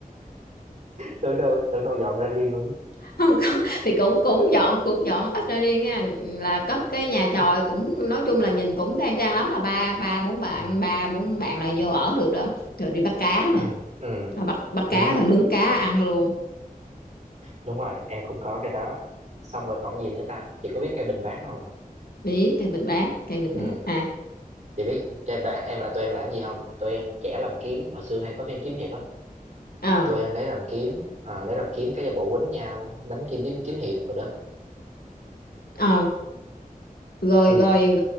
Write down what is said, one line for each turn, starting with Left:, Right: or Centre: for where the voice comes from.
Right: tưởng đâu tưởng đâu dọn ra riêng luôn
Left: không có thì cũng cũng dọn cũng dọn ít ra đi nha là cất cái nhà
Right: <laughs>
Left: chòi cũng nói chung là nhìn cũng khang trang lắm là ba ba bốn bạn
Right: Ừ.
Left: ba bốn bạn là vô ở được đó rồi đi bắt cá
Right: <clears throat>
Left: nữa
Right: ừ ừ
Left: Rồi bắt bắt
Right: ừ,
Left: cá rồi nướng cá ăn luôn
Right: đúng rồi em cũng có cái đó xong rồi còn gì nữa ta chị có biết cây bình bát không
Left: bí cây bình bát cây bình
Right: ừ
Left: bát à
Right: chị biết cây bình bát em là tụi em làm gì không tụi em trẻ làm kiếm hồi xưa hay có phim kiếm hiệp á
Left: ờ
Right: tụi em lấy làm kiếm à, lấy làm kiếm cái giả bộ quýnh nhau đánh kiếm kiếm kiếm hiệp rồi đó
Left: ờ rồi
Right: ừ
Left: rồi